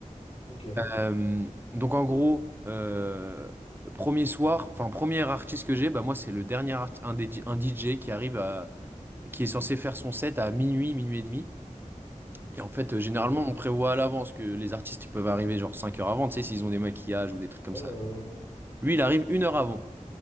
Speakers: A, on the left; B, on the right.
A: Ok.
B: Euh, donc en gros, euh, premier soir, enfin premier artiste que j'ai, bah moi c'est le dernier arti- un, des- un DJ qui arrive à qui est censé faire son set à minuit, minuit et demi. Et en fait, euh,
A: Ok.
B: généralement, on prévoit à l'avance que les artistes ils peuvent arriver genre 5 heures avant, tu sais, s'ils ont des maquillages ou des trucs comme
A: Ouais,
B: ça.
A: ouais, ouais.
B: Lui, il arrive une heure avant.